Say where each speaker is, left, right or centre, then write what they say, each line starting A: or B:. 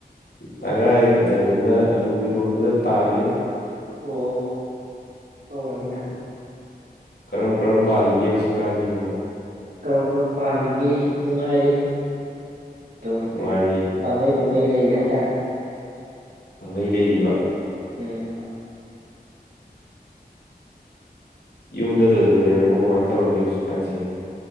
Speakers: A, on the left; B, on the right.
A: ꯇꯉꯥꯏ ꯐꯗꯗꯅ ꯑꯂꯨ ꯏꯔꯣꯟꯕꯗ ꯇꯥꯔꯦ
B: ꯑꯣ ꯇꯧꯕꯅꯤꯗ
A: ꯀꯔꯝ ꯀꯔꯝ ꯄꯥꯜꯂꯤꯒꯦ ꯍꯧꯖꯤꯛꯀꯥꯟꯖꯤꯕꫭ
B: ꯀꯔꯝ ꯀꯔꯝ ꯄꯥꯜꯂꯤꯒꯦ ꯅꯨꯡꯉꯥꯏꯔꯤ ꯑꯗꯨꯝ
A: ꯅꯨꯡꯉꯥꯏꯔꯤ
B: ꯄꯪꯂꯩ ꯄꯪꯂꯩ ꯂꯩꯔꯤ ꯍꯥꯏꯇꯥꯔꯦ
A: ꯄꯪꯂꯩ ꯂꯩꯔꯤꯕ
B: ꯎꯝ
A: ꯌꯨꯝꯗꯗ ꯑꯗꯨꯝ ꯂꯩꯔꯕꯣ ꯀꯃꯥꯏ ꯇꯧꯔꯒꯦ ꯍꯧꯖꯤꯛꯀꯥꯟꯁꯦ